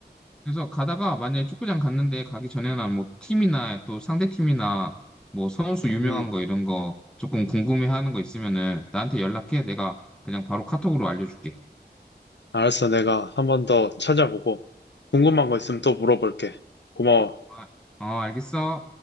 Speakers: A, in the centre; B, on the left.
A: 그래서 가다가 만약에 축구장 갔는데 가기 전에나 뭐 팀이나 또 상대 팀이나 뭐 선수 유명한
B: 음,
A: 거 이런 거 조금 궁금해하는 거 있으면은 나한테 연락해. 내가 그냥 바로 카톡으로 알려줄게.
B: 알았어. 내가 한번 더 찾아보고 궁금한 거 있으면 또 물어볼게. 고마워.
A: 아, 어, 알겠어.